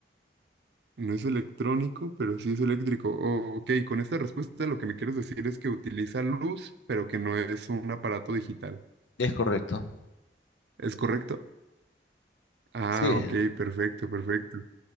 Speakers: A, on the right; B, on the left.
A: No es electrónico, pero sí es eléctrico. Oh, ok, con esta respuesta lo que me quieres decir es que utiliza luz, pero que no es un aparato digital.
B: Es correcto.
A: ¿Es correcto? Ah,
B: Sí.
A: ok, perfecto, perfecto.